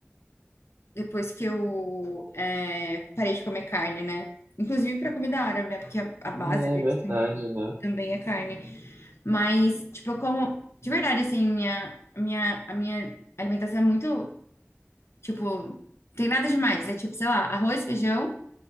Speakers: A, on the left; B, on the right.
A: depois que eu é, parei de comer carne, né? Inclusive para comida árabe, né? Porque a, a base
B: É
A: deles
B: verdade,
A: tam-
B: né?
A: também é carne. Mas, tipo, eu como de verdade assim, minha minha a minha alimentação é muito Tipo, tem nada demais. É tipo, sei lá, arroz, feijão.